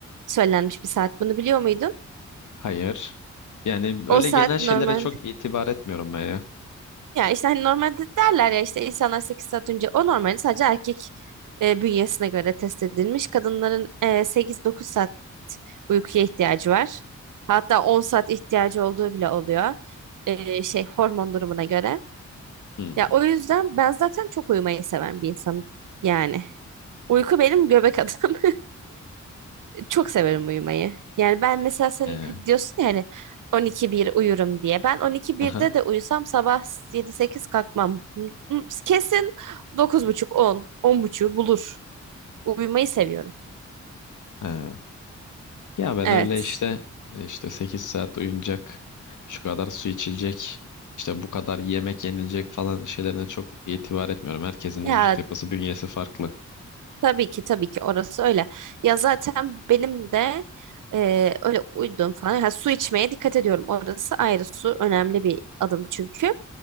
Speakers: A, on the right; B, on the left.
A: söylenmiş bir saat. Bunu biliyor muydun?
B: Hayır. Yani öyle
A: O saat
B: genel şeylere
A: normalde
B: çok itibar etmiyorum ben ya.
A: ya işte hani normalde derler ya işte insanlar 8 saat önce o normalde sadece erkek e, bünyesine göre test edilmiş. Kadınların e, 8-9 saat uykuya ihtiyacı var. Hatta 10 saat ihtiyacı olduğu bile oluyor. E, şey hormon durumuna göre.
B: Hmm.
A: Ya o yüzden ben zaten çok uyumayı seven bir insanım. Yani. Uyku benim göbek adım. <laughs> Çok severim uyumayı. Yani ben mesela sen
B: Ee,
A: diyorsun ya hani 12-1 uyurum diye. Ben 12-1'de
B: aha.
A: de uyusam sabah 7-8 kalkmam. Hmm, Kesin 9.30-10, 10.30 bulur. Uyumayı seviyorum.
B: Ee. Ya ben
A: Evet.
B: öyle işte e, işte 8 saat uyunacak, şu kadar su içilecek, işte bu kadar yemek yenilecek falan şeylerine çok itibar etmiyorum. Herkesin
A: Ya
B: vücut yapısı, bünyesi farklı.
A: Tabii ki tabii ki orası öyle. Ya zaten benim de e, öyle uyuduğum falan. Ha, su içmeye dikkat ediyorum. Orası ayrı su önemli bir adım çünkü.